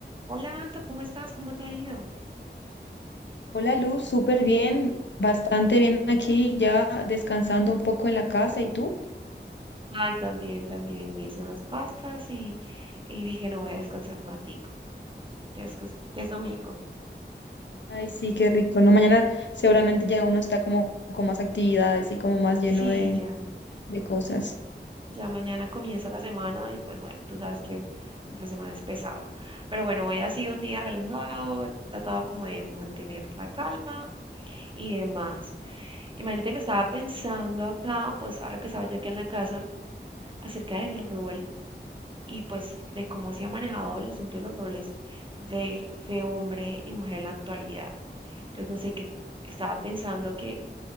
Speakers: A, on the right; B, on the left.
A: Hola, Anto, ¿cómo estás? ¿Cómo te ha ido?
B: Hola Luz, súper bien, bastante bien aquí, ya descansando un poco en la casa. ¿Y tú?
A: Ay, también, también. Me hice unas pastas y, y dije, no voy a descansar un ratico, que es, que es que es domingo.
B: Ay, sí, qué rico, ¿no? Mañana seguramente ya uno está como con más actividades y como más lleno
A: Sí,
B: de,
A: ya,
B: de cosas.
A: ya mañana comienza la semana y pues bueno, tú sabes que la semana es pesado. Pero bueno, hoy ha sido un día relajado, he tratado como de mantener la calma y demás. Imagínate que estaba pensando acá, pues ahora que estaba yo aquí en la casa, acerca del rol. y pues de cómo se ha manejado el asunto de los roles de, de hombre y mujer en la actualidad. Entonces, no sé, qué estaba pensando que,